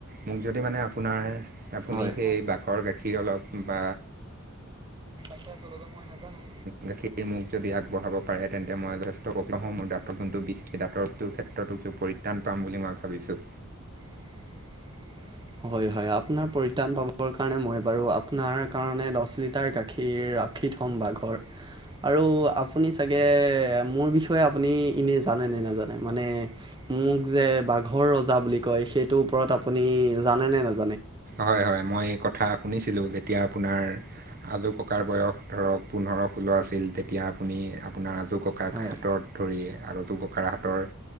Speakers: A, on the right; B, on the right.
A: মোক যদি মানে আপোনাৰ- আপুনি
B: হয়।
A: সেই বাঘৰ গাখীৰ অলপ বা-
B: আচলতে মই নাজানোঁ।
A: গাখীৰ মোক যদি আগবঢ়াব পাৰে তেন্তে মই যথেষ্ট কোংল মোৰ দাঁতৰ যোনটো বিষেই দাঁতৰটোৰ ক্ষেত্ৰতো কিয় পৰিত্ৰাণ পা পাম বুলি মই ভাবিছোঁ।
B: <inaudible> হয় হয় আপোনাৰ পৰিত্ৰাণ পাবৰ কাৰণে মই বাৰু আপোনাক কাৰণে দহ লিটাৰ গাখীৰ ৰাখি থ'ম বাঘৰ আৰু আপুনি চাগে মোৰ বিষয়ে আপুনি এনে জানে নে নাজানে মানে মোক যে বাঘৰ ৰজা বুলি কযয়। সেইটোৰ ওপৰত আপুনি জানে নে নাজান
A: হয় হয় মই এই কথা শুনিছিলো যেতিয়া আপোনাৰ! আজো ককাৰ বয়স ধৰক পোন্ধৰ ষোল্ল আছিল তেতিয়া আপুনি আপোনাৰ আজৌ ককাক
B: হয়
A: হাতত ধৰি আগতে ককাৰ হাতীৰ